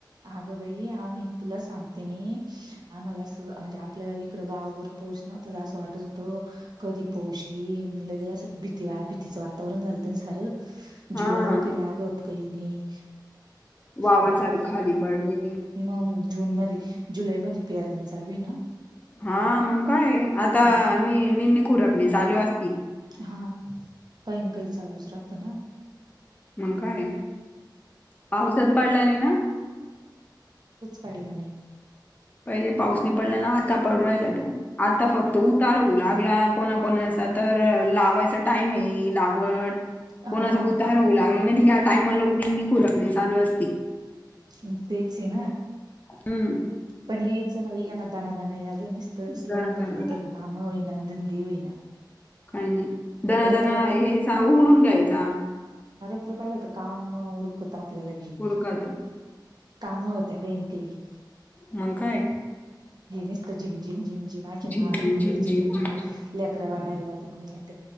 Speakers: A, on the right; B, on the left.
A: हागं बाई आ मी तुला सांगते मी. आम्हाला अस म्हणजे आपल्याला इकडं गावावर पाऊस नव्हता असं वाटत होतं कधी पोऊ लगे असं भीती वा भीतीचं वातावरण झालत ना सारं. जीवन
B: हा
A: होते लागत काही नाही.
B: वावर
A: आता
B: सारे खाली पडले
A: मग जून मध्ये जुलै मध्ये पेरण्या चालू आहे ना?
B: हा मंग काय आता
A: ये
B: निरपनी खुरपनी चालू असते.
A: हा काही ना काही चालूच राहत ना.
B: मग काय पावसात
A: काही
B: पडला नाही ना?
A: पडलं नाही.
B: पहिले पाऊस नि पडला ना आता पडू राहिला तो आता फक्त उतार होऊ लागला कोणाकणा तर लावायचा टाईम आहे लागवड
A: हा
B: कोणाचा तर उतार हो लाग ह्या टायमाला निंदनी खुरपणी चालू असती.
A: म तेच ना.
B: हम्म.
A: पण यायचं ना वई ना दना दन या. जनीस्त लावून
B: दणादणा.
A: धरल धडकाम होईना धंदे होईना.
B: काही नाही दना
A: रप्रपाला
B: दणा यायचा उघडून घ्यायचा.
A: पाहिलं तर काम उरकत आपल्याला भी.
B: उरकत.
A: काम होत्या काही काही.
B: मग काय.
A: हे नुसतं झिंग झिंग झिंग
B: झिंग, झिंग,
A: दुखणे
B: झिंग,
A: यायचे
B: झिंग, झिंग,
A: लेकरा बाळांना दुखणं.